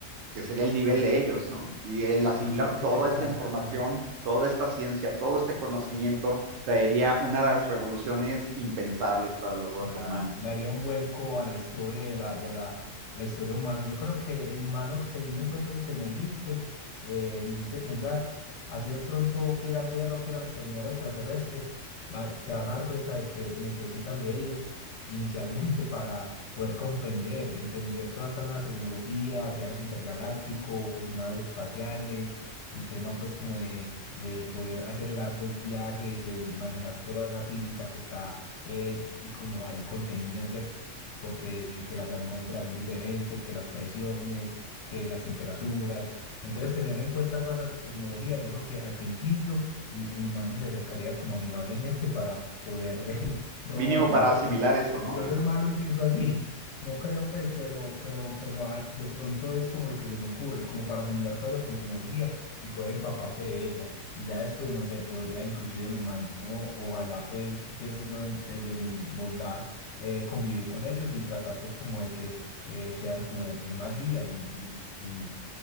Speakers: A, on the right; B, on the left.
A: que sería el nivel
B: m-
A: de ellos, ¿no? Y el asimilar
B: me hiciste
A: toda
B: pensar,
A: esta información,
B: claro.
A: toda esta ciencia, todo este conocimiento, traería una de las revoluciones impensables para la raza
B: Claro,
A: humana.
B: daría un vuelco a la historia y a la, y a la, a la historia humana. Yo creo que el humano, teniendo en cuenta eso que me dijiste, eh, me hiciste pensar, así de pronto quieran guerra o quieran exterminar al extraterrestre, va- se van a dar cuenta de que necesitan de ellos inicialmente <laughs> para poder comprender, entender toda esta nueva tecnología, viajes intergalácticos, naves espaciales, el tema pues como de, de poder hacer largos viajes, el manejar toda esa física que está eh, eh, como ahí contenida, ¿cierto? Porque que las atmósferas son diferentes, que las presiones, que las temperaturas. Entonces, tener en cuenta toda esa tecnología, yo creo que al principio l- el humano se acercaría como amigablemente para poder <laughs> eh, robar,
A: Mínimo para
B: no sé,
A: asimilar eso, ¿no?
B: pues Yo soy malo y pienso así, <laughs> no creo pues, pero, pero, pero ah, de pronto es como lo que se me ocurre, como para asimilar toda esa tecnología y poder empaparse de ella. Y ya después, no sé, podría inclusive el humano, ojalá pues, pienso yo en- desde mi bondad, eh, convivir con ellos y tratar pues como de que eh, sean como una guía y, y, y,